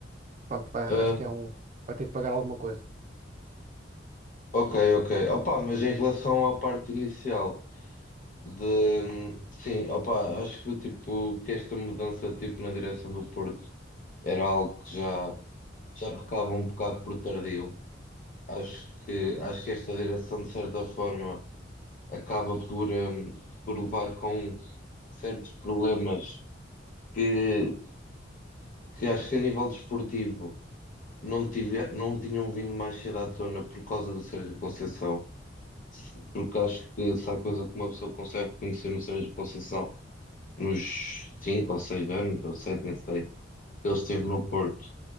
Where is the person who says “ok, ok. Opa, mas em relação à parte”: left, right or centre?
Left